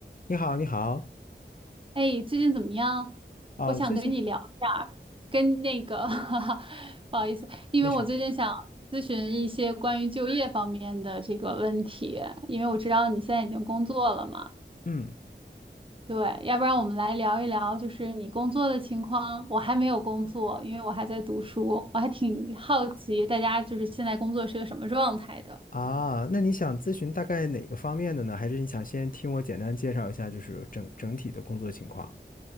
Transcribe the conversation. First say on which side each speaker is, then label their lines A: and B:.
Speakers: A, on the left; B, on the right.
A: 你好，你好，
B: 哎，最近怎么样？
A: 哦，
B: 我想跟你聊一下，
A: 最近
B: 跟那个，<laughs> 哈哈，不好意思，因为我最近想咨询一些关于就业方面的这个问题，
A: 没事儿
B: 因为我知道你现在已经工作了嘛，
A: 嗯，
B: 对，要不然我们来聊一聊，就是你工作的情况。我还没有工作，因为我还在读书，我还挺好奇大家就是现在工作是个什么状态的。
A: 啊，那你想咨询大概哪个方面的呢？还是你想先听我简单介绍一下，就是整整体的工作情况？